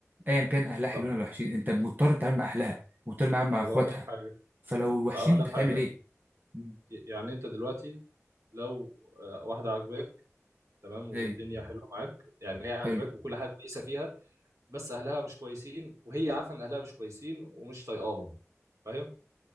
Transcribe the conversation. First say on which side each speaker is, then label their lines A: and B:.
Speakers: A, on the right; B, on the right.
A: ايا كان اهلها حلوين
B: طب
A: ولا وحشين انت مضطر تتعامل مع اهلها مضطر تتعامل مع
B: طب
A: اخواتها
B: اقول لك حاجه
A: فلو وحشين
B: هقول
A: انت
B: لك حاجه
A: هتعمل ايه؟ مم.
B: يعني انت دلوقتي لو آه، واحده عاجباك تمام والدنيا
A: ايوه
B: حلوه معاك يعني هي عاجباك
A: حلو
B: وكل حاجه كويسه فيها بس اهلها مش كويسين وهي عارفه ان اهلها مش كويسين ومش طايقاهم فاهم